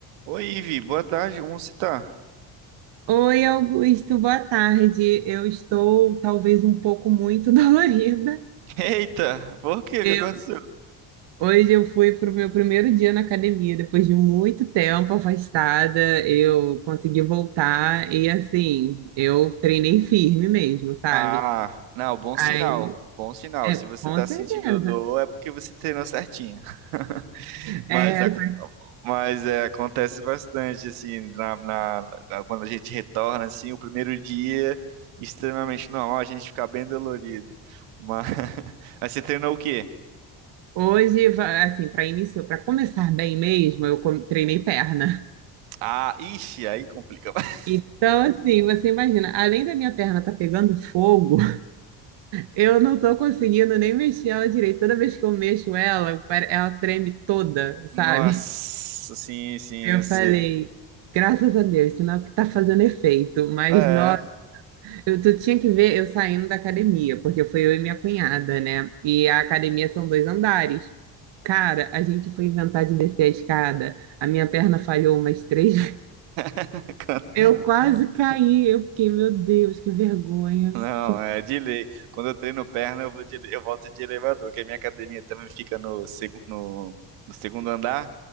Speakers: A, on the right (about 80°); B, on the right (about 60°).
A: Oi, Ivi, boa tarde, como você tá?
B: Oi, Augusto, boa tarde. Eu estou talvez um pouco muito <laughs> dolorida.
A: <laughs> Eita, por quê? O
B: Eu,
A: que aconteceu?
B: hoje eu fui para o meu primeiro dia na academia, depois de muito tempo afastada, eu consegui voltar e assim, eu treinei firme mesmo, sabe?
A: Ah, não, bom sinal,
B: Aí,
A: bom sinal.
B: é,
A: Se você
B: com
A: tá sentindo
B: certeza.
A: dor, é porque você treinou certinho. <laughs> Mas,
B: É,
A: ac-
B: só que
A: mas é, acontece bastante, assim, na, na- na- quando a gente retorna, assim, o primeiro dia, extremamente normal, a gente ficar bem dolorido. Mas, <laughs> mas você treinou o quê?
B: hoje, va- assim, para início, para começar bem mesmo, eu com- treinei perna.
A: Ah, ixi, aí complica. <laughs>
B: Então, assim, você imagina, além da minha perna estar pegando fogo, Eu não tô conseguindo nem mexer ela direito. Toda vez que eu mexo ela, eu pare- ela treme toda,
A: Nossa,
B: sabe?
A: sim, sim,
B: Eu
A: eu sei.
B: falei, graças a Deus, sinal que tá fazendo efeito. Mas
A: É,
B: nós, eu tu tinha que ver eu saindo da academia, porque foi eu e minha cunhada, né? E a academia são dois andares. Cara, a gente foi inventar de descer a escada. A minha perna falhou umas três. <laughs> vezes.
A: <laughs>
B: Eu quase caí. Eu fiquei, meu Deus, que vergonha.
A: Não,
B: Que...
A: é de lei. Quando eu treino perna, eu vou de, eu volto de elevador, porque a minha academia também fica no, segu- no, no segundo andar.